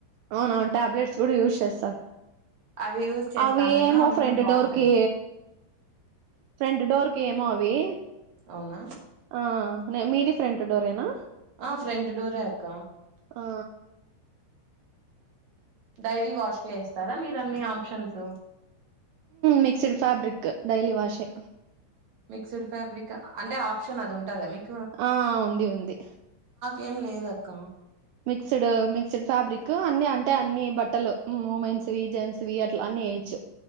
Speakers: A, on the right; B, on the right.
A: అవున అవును ట్యాబ్లెట్స్ కూడా యూజ్ చేస్తారు
B: అవి యూజ్ చేస్తాను
A: అవి
B: నేను
A: ఏమో
B: అవి
A: ఫ్రంట్
B: కూడా బాగుంటాయి
A: డోర్కి ఫ్రంట్ డోర్ ఏమో అవి
B: అవునా
A: ఆ మీది ఫ్రంట్ డోరే నా
B: ఆ ఫ్రెంట్ డోరే అక్క
A: ఆ
B: డైలీ వాష్గా ఇస్తారా మీరు అన్ని ఆప్షన్స్
A: మిక్స్డ్ ఫాబ్రిక్ డైలీ వాష్షే
B: మిక్స్డ్ ఫ్యాబ్రిక్ అంటే ఆప్షన్ అది ఉంటదా మీకు
A: ఆ ఉంది ఉంది
B: ఏం లేదక్క
A: మిక్స్డ్ మిక్స్డ్ ఫ్యాబ్రిక్ అన్ని అంటే అన్ని బట్టలు మూమెన్స్వి జెంట్స్వి అట్లా అ అన్ని ఎయ్యచ్చు